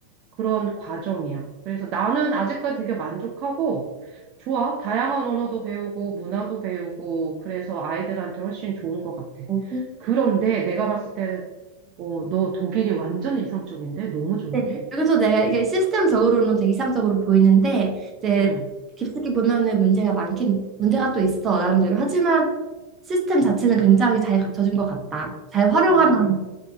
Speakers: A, on the right (about 40°); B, on the right (about 20°).
A: 그런 과정이야. 그래서 나는 아직까지 되게 만족하고 좋아. 다양한 언어도 배우고 문화도 배우고 그래서 아이들한테 훨씬 좋은 것 같아.
B: 어,
A: 그런데 내가 봤을 때는 어, 너 독일이 완전 이상적인데? 너무 좋은데?
B: 네, 여기서 내가 이게 시스템적으로는 되게 이상적으로 보이는데 이제
A: 응,
B: 깊숙이 보면은 문제가 많긴 문제가 또 있어 나름대로 하지만 시스템 자체는 굉장히 잘 갖춰진 것 같다. 잘 활용하면
A: 응.